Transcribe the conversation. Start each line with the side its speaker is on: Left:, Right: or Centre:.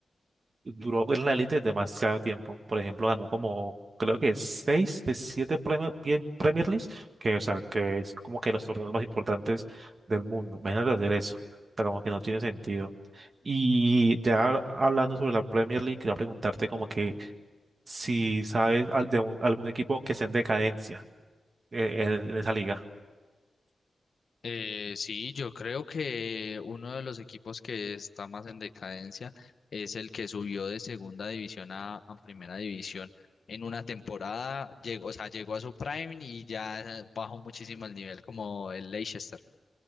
Right: duró en la élite demasiado tiempo. Por ejemplo, ganó como, creo que seis de siete Premier, pie- Premier Leagues, que, o sea, que es como que los torneos más importantes del mundo. Imagínate hacer eso. O sea, como que no tiene sentido. Y ya hablando sobre la Premier League, quería preguntarte como que si sabes al- de un- algún equipo que esté en decadencia eh, en en esa liga.
Left: Eh, sí, yo creo que uno de los equipos que está más en decadencia es el que subió de segunda división a, a primera división. En una temporada llegó, o sea, llegó a su prime y ya bajó muchísimo el nivel como el Leicester.